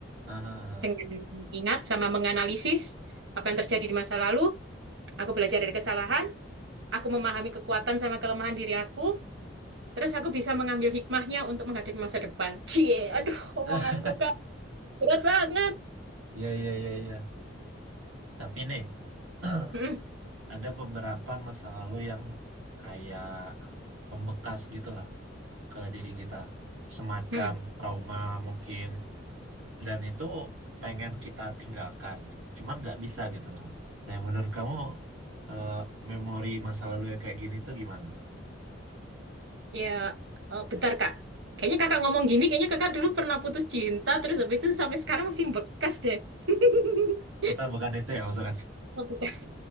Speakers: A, on the right (about 85°); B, on the right (about 65°).
A: ah,
B: Dengan
A: ah,
B: ingat sama menganalisis apa yang terjadi di masa lalu, aku belajar dari kesalahan, aku memahami kekuatan sama kelemahan diri aku, terus aku bisa mengambil hikmahnya untuk menghadapi masa depan. Cie, aduh, omonganku,
A: ah.
B: Kak. Berat banget.
A: Ya, ya, ya, ya. Tapi nih, <clears throat>
B: Hmm,
A: ada beberapa masa lalu yang kayak membekas gitu lah ke diri kita. Semacam
B: hmm.
A: trauma mungkin. Dan itu pengen kita tinggalkan. Cuma nggak bisa gitu lah. Nah, menurut kamu eh, memori masa lalu yang kayak gini tuh gimana?
B: Ya, eh, bentar Kak. Kayaknya kakak ngomong gini, kayaknya kakak dulu pernah putus cinta, terus habis itu sampai sekarang masih bekas deh. <laughs>
A: Bukan, bukan itu ya maksudnya.
B: <laughs>